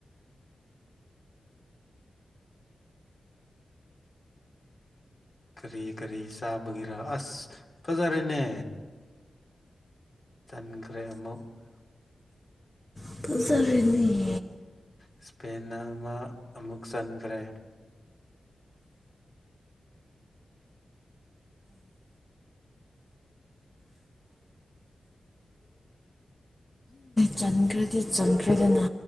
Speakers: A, on the left; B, on the left.
A: ꯀꯔꯤ ꯀꯔꯤ ꯆꯥꯕꯒꯤꯔ ꯑꯁ ꯐꯖꯔꯦꯅꯦ ꯇꯟꯈ꯭ꯔꯦ ꯑꯃꯨꯛ
B: ꯐꯖꯔꯤꯅꯦ
A: ꯏꯁꯄꯦꯟ ꯅꯥ ꯑꯃ ꯑꯃꯨꯛ ꯆꯟꯈ꯭ꯔꯦ
B: ꯆꯟꯈ꯭ꯔꯗꯤ ꯆꯟꯈ꯭ꯔꯦꯗꯅ